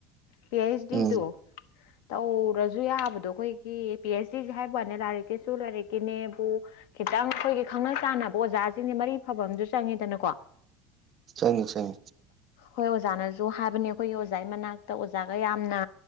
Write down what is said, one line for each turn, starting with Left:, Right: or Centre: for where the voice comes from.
Left: ꯄꯤ ꯑꯩꯆ
Right: ꯎꯝ
Left: ꯗꯤꯗꯨ ꯇꯧꯔꯁꯨ ꯌꯥꯕꯗꯣ ꯑꯩꯈꯣꯏꯒꯤ ꯄꯤ ꯑꯩꯆ ꯗꯤꯁꯦ ꯍꯥꯏꯕ ꯋꯥꯅꯦ ꯂꯥꯏꯔꯤꯛꯀꯤꯁꯨ ꯂꯥꯏꯔꯤꯛꯀꯤꯅꯦꯕꯨ ꯈꯤꯇꯪ ꯑꯩꯈꯣꯏꯒꯤ ꯈꯪꯅ ꯆꯥꯟꯅꯕ ꯑꯣꯖꯥꯁꯤꯡꯁꯦ ꯃꯔꯤ ꯐꯕ ꯑꯁꯨ ꯆꯪꯉꯤꯗꯅꯀꯣ
Right: ꯆꯉ ꯆꯪ
Left: ꯍꯣꯏ ꯑꯣꯖꯥꯅꯁꯨ ꯍꯥꯏꯕꯅꯤ ꯑꯩꯈꯣꯏꯒꯤ ꯑꯣꯖꯥꯒꯤ ꯃꯅꯥꯛꯇ ꯑꯣꯖꯥꯒ ꯌꯥꯝꯅ